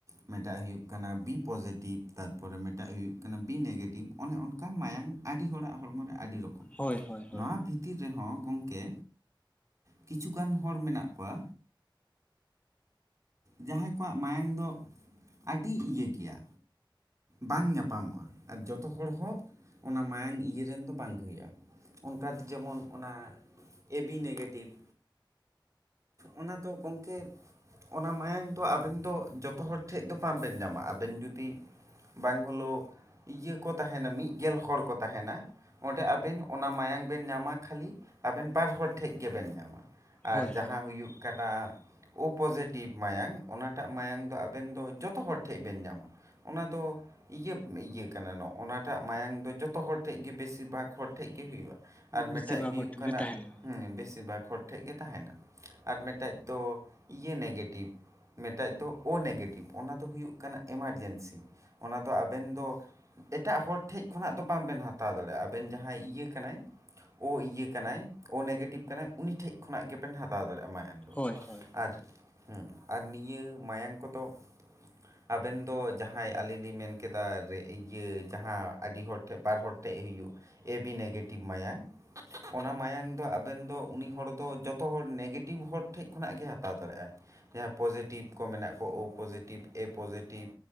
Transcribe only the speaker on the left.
ᱦᱳᱭ ᱦᱳᱭ ᱦᱳᱭ
ᱦᱳᱭ
ᱦᱳᱭ
ᱵᱮᱥᱤᱨ ᱵᱷᱟᱜᱽ
ᱦᱚᱲ ᱴᱷᱮᱱ
ᱜᱮ ᱛᱟᱦᱮᱱᱟ
ᱦᱳᱭ ᱦᱳᱭ